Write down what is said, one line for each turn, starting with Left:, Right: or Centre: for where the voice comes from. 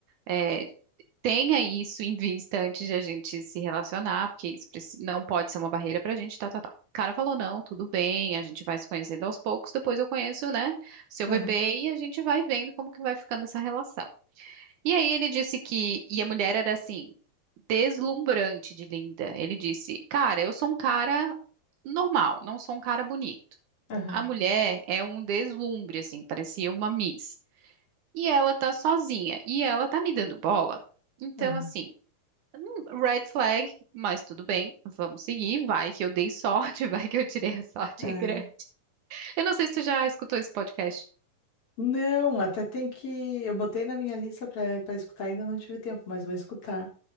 Right: eh, tenha isso em vista antes de a gente se relacionar, porque isso preci- não pode ser uma barreira pra gente, tá, tá, tá. O cara falou, não, tudo bem, a gente vai se conhecendo aos poucos, depois eu conheço, né, seu
Left: Aham.
Right: bebê e a gente vai vendo como que vai ficando essa relação. E aí ele disse que, e a mulher era assim, deslumbrante de linda. Ele disse, cara, eu sou um cara normal, não sou um cara bonito.
Left: Aham.
Right: A mulher é um deslumbre, assim, parecia uma Miss. E ela tá sozinha, e ela tá me dando bola. Então,
Left: Aham.
Right: assim, Hum, Red flag, mas tudo bem, vamos seguir. Vai que eu dei sorte, <laughs> vai que eu tirei a sorte
Left: É.
Right: é grande. Eu não sei se tu já escutou esse podcast.
Left: Não, até tem que. Eu botei na minha lista para para escutar, ainda não tive tempo, mas vou escutar.